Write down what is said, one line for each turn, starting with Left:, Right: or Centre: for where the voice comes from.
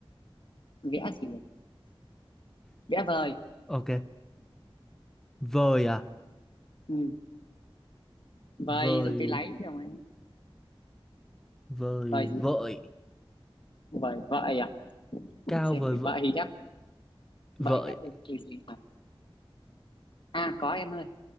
Left: vẽ gì nhỉ? vẽ vời
Centre: Ok. Vời à,
Left: ừ. vời
Centre: vời
Left: dùng cái lấy đâu ấy
Centre: vời
Left: vời gì
Centre: vợi,
Left: vời vợi à Để
Centre: cao
Left: xem
Centre: vời
Left: từ
Centre: vợi,
Left: vợi ghép vợi
Centre: vợi,
Left: ghép được từ gì mà à có em ơi